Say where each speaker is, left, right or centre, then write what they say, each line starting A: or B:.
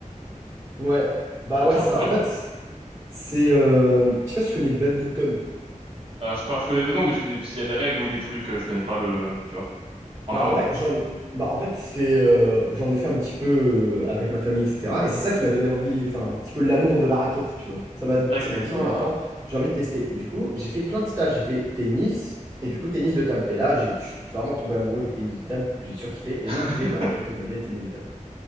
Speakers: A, on the right; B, on the right.
A: Ouais, bah
B: Ok,
A: ouais, c'est
B: incroyable.
A: ça. En fait, c'est. euh, Je sais pas si tu connais le badminton.
B: Euh, je, enfin, je connais deux noms, mais je connais s'il y a des règles ou des trucs, euh, je connais pas le... Tu vois, en
A: Bah
B: amont.
A: en vrai, j'en. Bah en fait, c'est. euh, J'en ai fait un petit peu euh, avec ma famille, etc. Et c'est ça qui m'a donné envie, enfin, un petit peu l'amour de la raquette, tu vois. Ça m'a
B: D'accord.
A: ça m'a dit, mais attends, j'ai envie de tester. Et du coup, j'ai fait plein de stages. J'ai fait tennis, et du coup, tennis de table. Et là, j'ai je suis vraiment tombé amoureux du tennis de table. J'ai surkiffé.
B: <laughs>
A: Et donc, j'ai fait bah, quelques années de tennis de table.